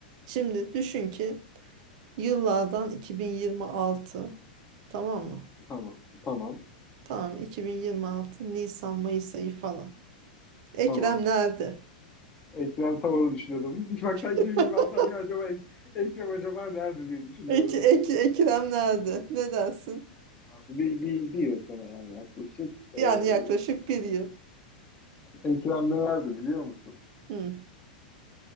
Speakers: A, on the right (about 55°); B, on the left (about 25°).
A: Şimdi düşün ki yıllardan 2026 tamam mı?
B: Tamam, tamam,
A: Tamam 2026 Nisan Mayıs ayı falan. Ekrem
B: tamam.
A: nerede?
B: Ekrem Tavan'ı düşünüyordum. <laughs> Bak sanki
A: <laughs>
B: 20 hafta önce acaba Ek- Ekrem acaba nerede diye düşünüyordum.
A: Ek, Ek- Ekrem nerede? Ne dersin?
B: Bir, bir, bir yıl sonra yani yaklaşık. Ee,
A: Yani yaklaşık bir yıl.
B: Ekrem de nerede biliyor musun?
A: Hı.